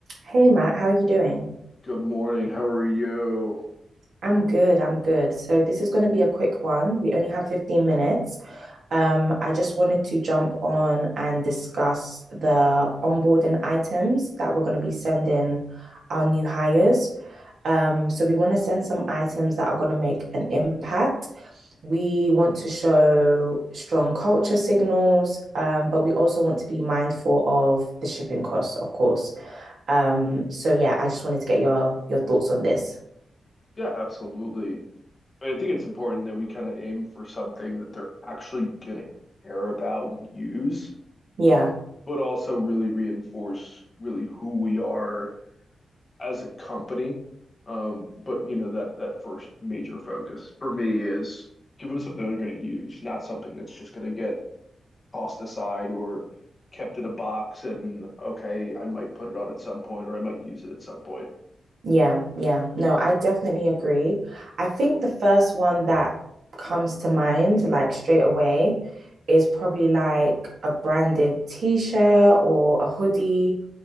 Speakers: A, on the right; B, on the left.
A: Hey Matt, how are you doing?
B: Good morning. How are you?
A: I'm good, I'm good. So this is going to be a quick one. We only have 15 minutes. Um, I just wanted to jump on and discuss the onboarding items that we're going to be sending our new hires. Um, so we want to send some items that are going to make an impact. We want to show strong culture signals, um, but we also want to be mindful of the shipping costs, of course. Um, so yeah, I just wanted to get your your thoughts on this.
B: Yeah, absolutely. I think it's important that we kind of aim for something that they're actually gonna care about and use,
A: Yeah,
B: but also really reinforce really who we are as a company. Um, but you know that that first major focus for me is give them something they're gonna use, not something that's just gonna get tossed aside or kept in a box and okay, I might put it on at some point or I might use it at some point.
A: yeah, yeah. No, I definitely agree. I think the first one that comes to mind, like straight away, is probably like a branded t-shirt or a hoodie.